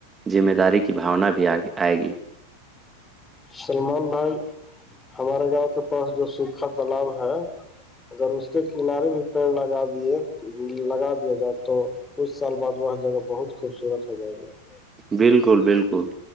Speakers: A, on the right; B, on the left.
A: ذمہ داری کی بھانا بھی آگ آئے گی
B: سلمان بھائی ہمارے گاؤں کے پاس جو سکھا تالاب ہے اگر اس کے کنارے بھی پڑ لگا دیے لگا دیا جائے تو کچھ سال بعد وہ جگہ بہت خوبصورت ہو جائے گا
A: بالکل بالکل